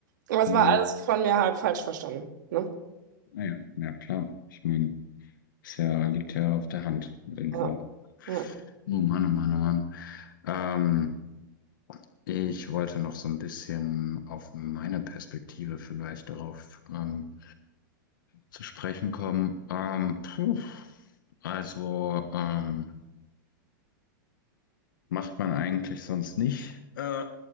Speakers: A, on the right; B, on the left.
A: Aber es
B: Mhm.
A: war alles von mir halb falsch verstanden. Ne?
B: Naja, ja, ja, klar. Ich meine, ist ja, liegt ja auf der Hand irgendwo.
A: Ja. Ja.
B: Oh Mann, oh Mann, oh Mann. Ähm, ich wollte noch so ein bisschen auf meine Perspektive vielleicht darauf ähm, zu sprechen kommen. Ähm, puh, also ähm, macht man eigentlich sonst nicht äh,